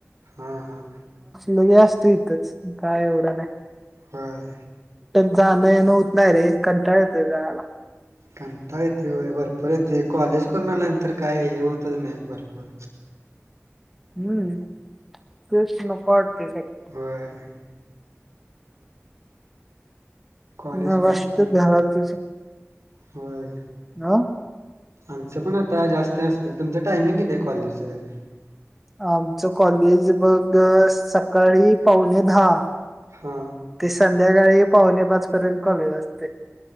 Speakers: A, on the right (about 80°); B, in the centre.
A: हां हां
B: लोे असत इथंच काय एवढं नाही.
A: होय.
B: जाणं येणं होत नाही रे कंटाळ येत जायला.
A: कता येते वय भरपूर येते कॉलेज करून आल्यानंतर काय हे होतच नाही भरपूर
B: हम्म प्रश्न पडतोय सगळा
A: होय. कॉलेज
B: ना
A: पण
B: वास
A: आता
B: तर झाला त्याच
A: होय.
B: ह
A: आमचं पण आता जास्त नसत तुमच टायमिंग किती आहे कॉलेजच्या तरी
B: आमचं कॉलेज बघ सकाळी पावणे दहा
A: हा
B: ते संध्याकाळी पावणे पाच पर्यंत कॉलेज असते.